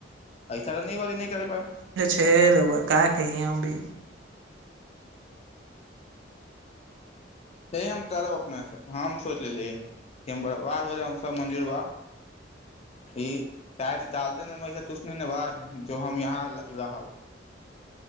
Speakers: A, on the left; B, on the right.
A: एहिइसा नहि बी नहि करे प <unintelligible>
B: फेर ओ का कहि हम भी
A: हे हम तब अपने हम सोच लेली हम बर्बाद हो जाउ सब मन्दिर बा ई चाहे डालते तुछ ने बा जो हम यहाँ रहब